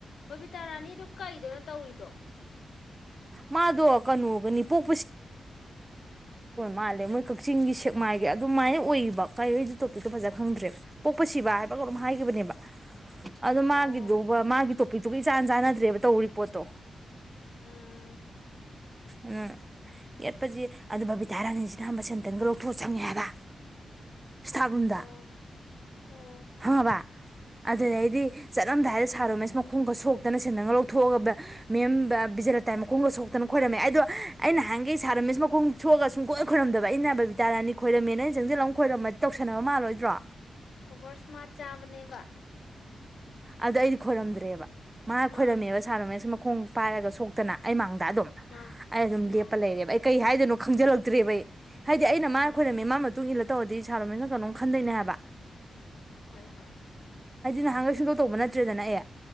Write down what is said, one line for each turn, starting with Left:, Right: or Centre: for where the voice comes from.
Left: ꯕꯥꯕꯤꯇꯥ ꯔꯥꯅꯤꯗꯨ ꯀꯩꯗꯅꯣ ꯇꯧꯔꯤꯗꯣ
Right: ꯃꯥꯗꯨ ꯀꯩꯅꯣꯒꯅꯤ ꯄꯨꯛ ꯃꯥꯜꯂꯦ ꯃꯣꯏ ꯀꯛꯆꯤꯡꯒꯤ ꯁꯦꯛꯃꯥꯏꯒꯤ ꯑꯗꯨꯃꯥꯏꯅ ꯑꯣꯏꯕ ꯀꯩꯅꯣ ꯇꯣꯄꯤꯛꯇꯣ ꯐꯖ ꯈꯪꯗ꯭ꯔꯦꯕ ꯄꯣꯛꯄ ꯁꯤꯕ ꯍꯥꯏꯕ ꯀꯩꯅꯣꯝ ꯍꯥꯏꯈꯤꯕꯅꯦꯕ ꯑꯗꯣ
Left: ꯑꯣ
Right: ꯃꯥꯒꯤꯗꯨꯒ ꯃꯥꯒꯤ ꯇꯣꯄꯤꯛꯇꯨꯒ ꯏꯆꯥꯟ ꯆꯥꯟꯅꯗ꯭ꯔꯦꯕ ꯇꯧꯔꯤ ꯄꯣꯠꯇꯣ
Left: ꯎꯝ
Right: ꯎꯝ ꯌꯦꯠꯄꯁꯤ ꯑꯗꯨ ꯕꯥꯕꯤ ꯇꯥꯔꯥꯅꯤꯁꯤ ꯈꯕ ꯁꯦꯟꯇꯟꯒ ꯂꯧꯊꯣꯛꯑ ꯆꯪꯉꯦ ꯍꯥꯏꯕ ꯏꯁꯇꯥꯐ ꯔꯨꯝꯗ
Left: ꯑꯣ ꯑꯣ
Right: ꯈꯪꯉꯕꯥ ꯑꯗꯨꯗꯩꯗꯤ ꯆꯠꯂꯝꯗꯥꯏ ꯁꯥꯔ ꯔꯣꯃꯦꯁ ꯃꯈꯣꯡꯒ ꯁꯣꯛꯇꯅ ꯁꯦꯟꯗꯟꯒ ꯂꯧꯊꯣꯛꯑꯒꯕ ꯃꯦꯝ ꯕꯤꯖꯦꯂꯥꯇꯥꯒꯤ ꯃꯈꯣꯡꯒ ꯁꯣꯛꯇꯅ ꯈꯣꯏꯔꯝꯃꯦ ꯑꯗꯣ ꯑꯩꯅ ꯅꯍꯥꯟꯒꯩ ꯁꯥꯔ ꯔꯥꯃꯦꯁ ꯃꯈꯣꯡ ꯁ ꯊꯣꯛꯑꯒ ꯁꯨꯡꯈꯣꯏ ꯈꯣꯏꯔꯝꯗꯕ ꯑꯩꯅ ꯕꯕꯤꯇꯥ ꯔꯥꯅꯤ ꯈꯣꯏꯔꯝꯃꯦꯅ ꯑꯩꯅ ꯆꯪꯁꯤꯜꯂꯝ ꯈꯣꯏꯔꯝꯃꯗꯤ ꯇꯧꯁꯟꯅꯕ ꯃꯥꯜꯂꯣꯏꯗ꯭ꯔꯣ
Left: ꯑꯣꯚꯔ ꯏꯁꯃꯥꯔꯠ ꯆꯥꯕꯅꯦꯕ
Right: ꯑꯗ ꯑꯩꯗꯤ ꯍꯣꯔꯝ꯭ꯗꯔꯦꯕ ꯃꯥ
Left: ꯑꯥ
Right: ꯈꯣꯏꯔꯝꯃꯦꯕ ꯁꯥꯔꯝꯃꯦꯁ ꯃꯈꯣꯡ ꯄꯥꯏꯔꯒ ꯁꯣꯛꯇꯅ ꯑꯩ ꯃꯥꯡꯗ ꯗ ꯑꯗꯨꯝ
Left: ꯑꯥ
Right: ꯑꯩ ꯑꯗꯨꯝ
Left: ꯑꯥ
Right: ꯂꯦꯞꯄ ꯂꯩꯔꯦꯕ ꯑꯩ ꯀꯩ ꯍꯥꯏꯗꯣꯏꯅꯣ ꯈꯪꯖꯤꯜꯂꯛꯇ꯭ꯔꯦꯕ ꯑꯩ ꯍꯥꯏꯗꯤ ꯑꯩꯅ ꯃꯥ
Left: ꯑꯥ
Right: ꯈꯣꯏꯔꯝꯃꯦ ꯃꯥ ꯃꯇꯨꯡ ꯏꯜꯂ ꯇꯧꯔꯗꯤ ꯁꯥꯔꯣꯃꯦꯟꯅ ꯀꯩꯅꯣꯝ ꯈꯟꯗꯣꯏꯅꯦ ꯍꯥꯏꯕ
Left: ꯍꯣꯏ ꯍꯣꯏ
Right: ꯅꯍꯥꯟꯒꯣꯏ ꯁꯨꯡ ꯇꯧꯕ ꯅꯠꯇ꯭ꯔꯦꯗꯅ ꯑꯩ